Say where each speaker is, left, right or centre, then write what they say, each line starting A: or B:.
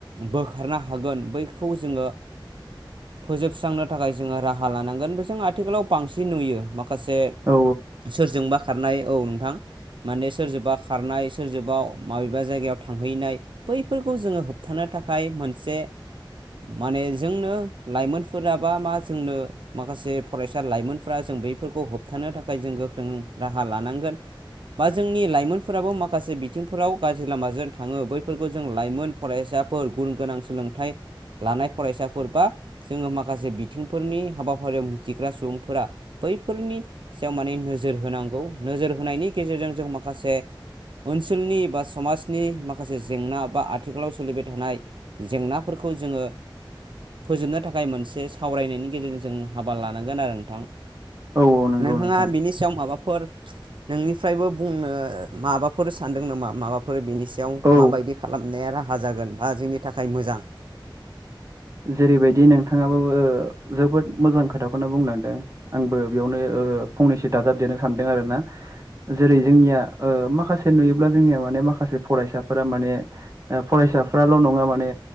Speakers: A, on the right; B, on the right.
A: बोखारनो हागोन बैखौ जोङो फोजोबस्रांनो थाखाय जोङो राहा लानांगोन बे जों आथिखालाव बांसिन नुयो माखासे
B: औ
A: सोरजोंबा खारनाय औ नोंथां माने सोरजोंबा खारनाय सोरजोंबा माबेबा जायगायाव थांहैनाय बैफोरखौ जोङो होबथानो थाखाय मोनसे माने जोंनो लाइमोनफोरााबा मा जोंनो माखासे फरायसा लाइमोनफोरा जों बैफोरखौ होब थानो थाखाय जों गोख्रों राहा लानांगोन बा जोंनि लाइमोनफोराबो माखासे बिथिं फोराव गाज्रि लामाजों थाङो बैफोरखौ जों लाइमोन फरायसाफोर गुन गोनां सोलोंथाइ लानाय फरायसाफोर बा जोङो माखासे बिथिंफोरनि हाबाफारियाव मिथिग्रा सुबुंफोरा बैफोरनि याव माने नोजोर होनांगौ नोजोर होनायनि गेजेरजों जों माखासे ओनसोलनि बा समाजनि माखासे जेंना बा आथिखालाव सोलिबाय थानाय जेंनाफोरखौ खौ जोङो फोजोबनो थाखाय मोनसे सावरायनायनि गेजेरजों जों हाबा लानांगोन आरो नोंथां
B: औ औ नंगौ
A: नोंथाङा
B: नोंथां
A: बिनि सायाव माबाफोर नोंनिफ्रायबो बुंनो माबाफोर सानदों नामा माबाफोर बेनि सायाव
B: औ
A: माबायदि खालामनाया राहा जागोन बा जोंनि थाखाय मोजां
B: जेरैबायदि नोंथाङाबो जोबोद मोजां खोथाखौनो बुंलांदों आंबो बेयावनो ओ फंनैसो दाजाबदेरनो सानदों आरो ना जेरै जोंनिया ओ माखासे नुयोब्ला जोंनिया माने माखासे फरायसाफोरा माने फरायसा साफ्राल' नङा माने